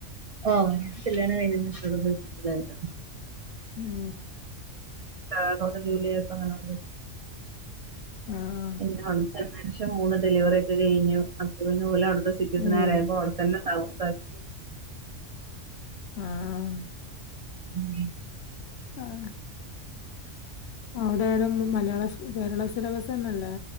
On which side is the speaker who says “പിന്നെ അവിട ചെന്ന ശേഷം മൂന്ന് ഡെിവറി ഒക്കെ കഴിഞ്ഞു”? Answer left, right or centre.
Right